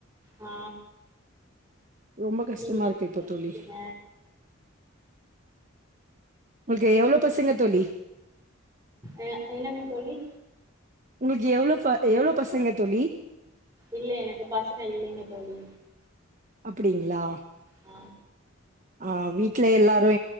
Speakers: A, on the right; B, on the right.
A: ஆ
B: ரொம்ப கஷ்டமா
A: நீங்க என்ன
B: இருக்கு இப்ப
A: சாப்டீங்க
B: தோழி உங்கள்க்கு எவ்ளொ பசங்க தோழி?
A: அ என்னங்க தோழி
B: உங்ளுக்கு எவ்ளோ ப எவ்ளோ பசங்க தோழி?
A: இல்ல எனக்கு பசங்க இல்லெங்க தோழி
B: அப்புடிங்ளா
A: ஆ
B: ஆ வீ ட்ல எல்லாரு